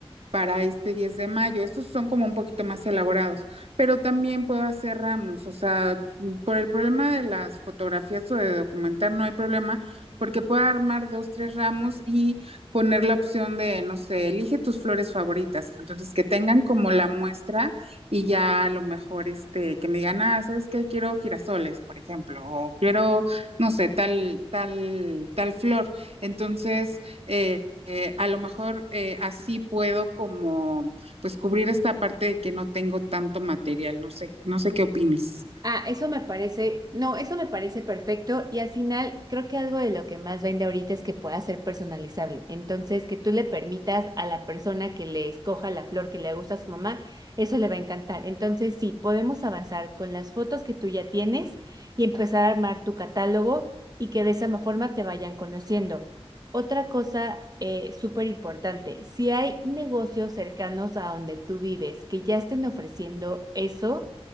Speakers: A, on the right (about 70°); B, on the right (about 40°).
A: para este 10 de mayo. Estos son como un poquito más elaborados, pero también puedo hacer ramos, o sea, mm, por el problema de las fotografías o de documentar no hay problema, porque puedo armar dos, tres ramos y poner la opción de, no sé, elige tus flores favoritas, entonces que tengan como la muestra y ya a lo mejor, este, que me digan, ah, ¿sabes qué? Quiero girasoles, por ejemplo, o quiero, no sé, tal, tal, tal flor. Entonces, eh, eh, a lo mejor eh, así puedo como pues cubrir esta parte de que no tengo tanto material, no sé, no sé qué opines.
B: Ah, eso me parece, no, eso me parece perfecto y al final creo que algo de lo que más vende ahorita es que pueda ser personalizable. Entonces, que tú le permitas a la persona que le escoja la flor que le gusta a su mamá, eso le va a encantar. Entonces, sí, podemos avanzar con las fotos que tú ya tienes y empezar a armar tu catálogo y que de esa ma- forma te vayan conociendo. Otra cosa eh, súper importante, si hay negocios cercanos a donde tú vives que ya estén ofreciendo eso,